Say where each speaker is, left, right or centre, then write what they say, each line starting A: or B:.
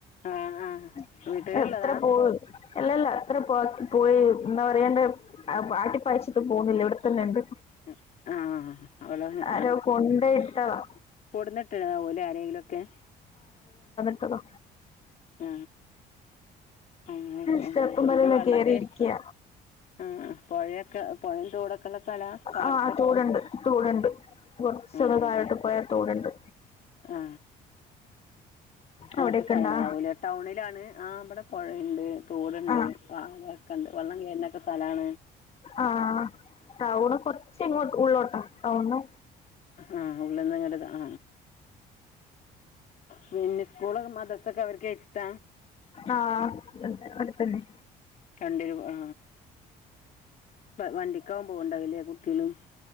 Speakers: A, on the left (about 50°); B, on the left (about 35°).
A: ആ ആ
B: അ
A: വീട്ടിലുള്ളതാ
B: എത്ര പോ അല്ലല്ല എത്രപോ പോയെന്ന് എന്താ പറയേണ്ട് ആട്ടിപ്പായിച്ചിട്ടും പോണില്ല. ഇവിടെത്തന്നെയുണ്ട്.
A: അ ആ അവളങ്ങ്
B: ആരോ കൊണ്ടുപോയിട്ടതാ
A: കൊടുന്നിട്ടതാവുലെ ആരേലൊക്കെ?
B: അതോ
A: ആ അങ്ങനെയൊക്കെ
B: സ്റ്റെപ്പുമ്മലെല്ലാം
A: ഉം പിന്നെവെള്ളംകേറി
B: കേറിയിരിക്കയ
A: ആ പൊയേക്കെ പൊയേം തോടൊക്കെള്ള സ്ഥലാ പാടത്തൊക്കെ
B: ആ തോടുണ്ട് തോടുണ്ട് കുറച്ചൊന്ന്
A: അതേല്ലേ
B: താഴോട്ട് പോയാ തോടുണ്ട്
A: ആ അങ്ങനത്തെ
B: അവിടെയൊക്കെ
A: സ്ഥലങ്ങളാവുല്ലേ
B: ഇണ്ടാ
A: ടൗണിലാണ് ആ ഇബടെ പൊയേണ്ട്. തോടുണ്ട്
B: ആ
A: അ <unintelligible> ക്കെണ്ട് വെള്ളംകേറുന്നൊക്കെ സ്ഥലണ്
B: അ ആ ടൗണ് കൊറച്ചിങ്ങോട്ട് ഉള്ളോട്ടാ ടൗണ്
A: ആ ഉള്ളിന്നിങ്ങട്ട് കാണ ആ പിന്നെ സ്‌കൂളും മദ്രസ്സും ഒക്കെ അവർക്ക് എടുത്ത?
B: ആ അടുത്തന്നെ
A: രണ്ട് രൂപ ആ ഇപ്പ വണ്ടി <unintelligible> കുട്ടിയള്